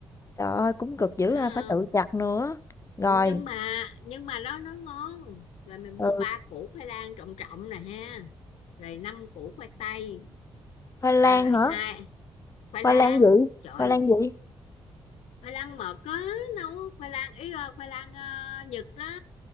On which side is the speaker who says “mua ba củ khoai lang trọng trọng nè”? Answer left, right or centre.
Left